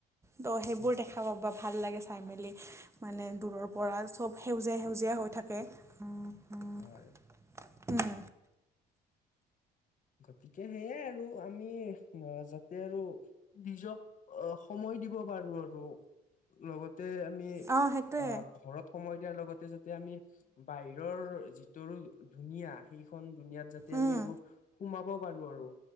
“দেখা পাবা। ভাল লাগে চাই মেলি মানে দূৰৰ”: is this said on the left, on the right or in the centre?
Right